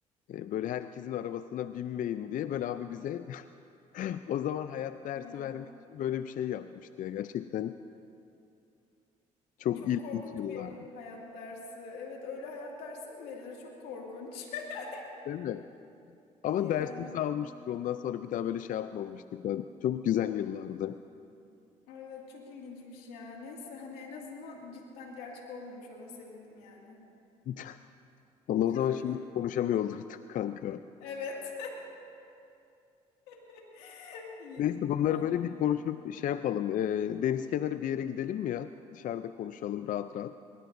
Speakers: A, on the left (about 60°); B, on the left (about 80°).
A: e, böyle herkesin arabasına binmeyin diye böyle abi bize <laughs> o zaman hayat dersi
B: ya
A: vermek için böyle bir şey yapmıştı ya. Gerçekten çok
B: çok
A: ilginç
B: korkunç
A: yıllar.
B: bir ha- hayat dersi. Evet öyle hayat dersi mi verilir? Çok korkunç. <laughs>
A: Değil mi? Ama
B: Yani
A: dersimizi almıştık ondan sonra bir daha böyle şey yapmamıştık. Ben, çok güzel yıllardı.
B: evet çok ilginçmiş ya. Neyse hani en azından cidden gerçek olmamış ona sevindim yani.
A: <laughs> Vallahi
B: <laughs>
A: o zaman şimdi konuşamıyor olurduk <laughs> kanka.
B: Evet. <laughs> İyi
A: Neyse
B: dedin
A: bunları
B: aynen
A: böyle
B: öyle.
A: bir konuşup şey yapalım. E, deniz kenarı bir yere gidelim mi ya? Dışarıda konuşalım rahat rahat.